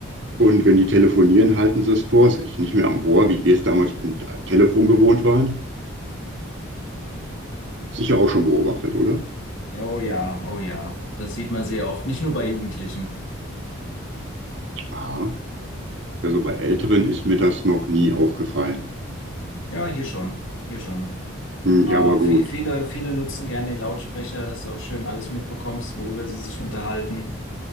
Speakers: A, on the right; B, on the left.
A: Und wenn die telefonieren, halten sie es vor sich. Nicht mehr am Ohr, wie wir es damals mit dem Telefon gewohnt waren. Sicher auch schon beobachtet, oder?
B: Ja, Oh ja, oh ja. Das sieht man sehr oft, nicht nur bei Jugendlichen.
A: Aha. Also bei Älteren ist mir das noch nie aufgefallen.
B: Ja, hier schon, hier schon.
A: Hm,
B: Äh,
A: ja, aber gut.
B: vi- viele, viele nutzen gerne den Lautsprecher, dass du auch schön alles mitbekommst, worüber sie sich unterhalten.